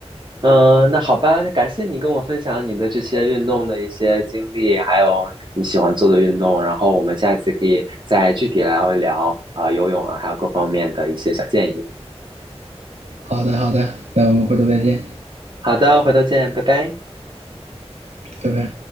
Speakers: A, on the right; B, on the right.
A: 嗯，那好吧，那感谢你跟我分享你的这些运动的一些经历，还有你喜欢做的运动，然后我们下一次可以再具体聊一聊啊，游泳啊，还有各方面的一些小建议。
B: 好的好的，那我们回头再见，
A: 好的，回头见，拜拜。
B: 拜拜。